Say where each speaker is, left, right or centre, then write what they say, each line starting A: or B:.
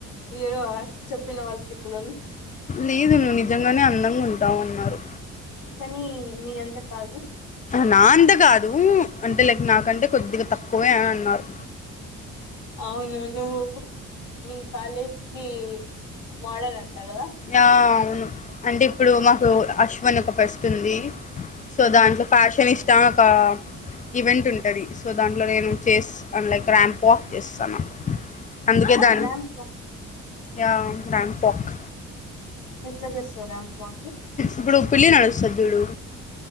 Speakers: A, on the left (about 80°); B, on the left (about 25°).
A: హీరో ఆ చెప్పిన వాళ్ళు తిక్కలోళ్ళు
B: లేదు నువ్వు నిజంగానే అందంగా ఉంటావు అన్నారు
A: కానీ మీ అంత కాదు
B: నా అంత కాదు అంటే లైక్ నాకంటే కొద్దిగా తక్కువే అని అన్నారు
A: అవును నువ్ నువ్ కాలేజ్కి మోడలంట గదా
B: అవును అంటే ఇప్పుడు మాకు అశ్వన్ ఒక ఫెస్ట్ ఉంది సో దాంట్లో ఫ్యాషన్ ఇష్ట ఒక ఈవెంట్ ఉంటది సో దాంట్లో నేను చేస్ అ లైక్ ర్యాంప్ రాంప్వాక్ చేస్తానా అందుకే
A: ఆ
B: దాకా
A: ర్యాంప్ వాక్
B: యా రాంప్వాక్
A: ఎట్లా చేస్తావు ర్యాంప్ వాక్
B: ఇప్పుడు పిల్లి నడుస్తది చూడు